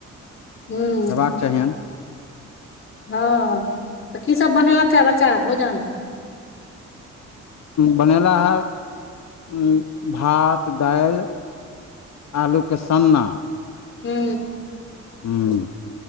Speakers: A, on the left (about 45°); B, on the left (about 60°).
A: हूँ
B: हेबाक चाहियैन।
A: हँ त की सब बनेलक ह बच्चा भोजन।
B: बनेला हे भात दालि आलूके सन्ना।
A: हू।
B: हु।